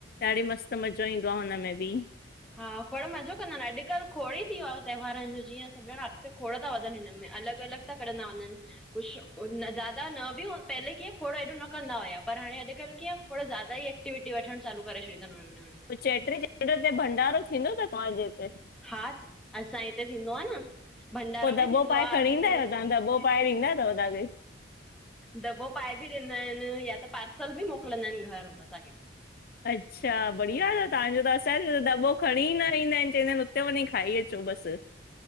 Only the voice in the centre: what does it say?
हा खोड़ मज़ो कंदा आयन अॼकल खोड़े थी वयो आ त्योहारन जो जीअं सॿ ॼणा अॻते खोड़ था वधन हिनमें अलॻ-अलॻ। कंडदा वञन। कुछ ज्यादा न ॿि पहले कीअं खोड़ो हेॾो न कंदा होआ पर हाणे अॼकल कीअं। थोड़ो जादा ई एकविटी वठण चालू करे छड़ियो तन सुन्न अन।
हा असांजे हिते थींदो आहे न भंडारो
बि
थींदो
आहे
असांखे
दॿो पाए बि ॾींदा आहिनि या त पार्सल बि मोकिलींदा आहिनि घर असांखे।